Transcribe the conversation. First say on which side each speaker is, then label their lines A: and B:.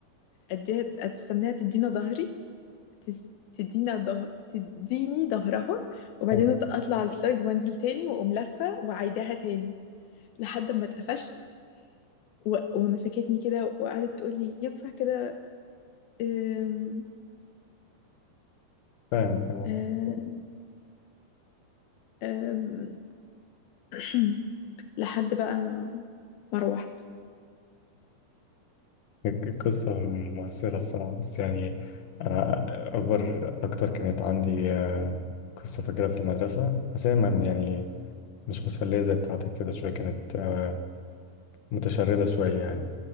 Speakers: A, on the left; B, on the left.
A: اديها استناها تدينا ظهري تس- تدينا ظهر تديني ظهرها وبعدين
B: فاهم
A: اطلع على السلايد وانزل تاني واقوم لفه وعيداها تاني لحد ما اتقفشت و... ومسكتني كده وقعدت تقول لي ينفع كده أم...
B: فاهم
A: أم... أم... <clears throat> لحد بقى ما ما روحت
B: قصدك قصة مؤثرة الصراحة بس يعني أنا أكبر أكتر كانت عندي آه، قصة فاكرها في المدرسة بس هي ما- يعني مش مسلية زي بتاعتك كده شوية كانت آه، متشردة شوية يعني